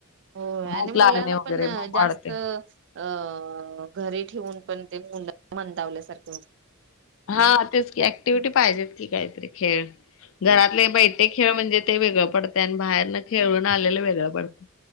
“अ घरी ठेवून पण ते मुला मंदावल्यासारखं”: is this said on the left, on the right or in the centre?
Right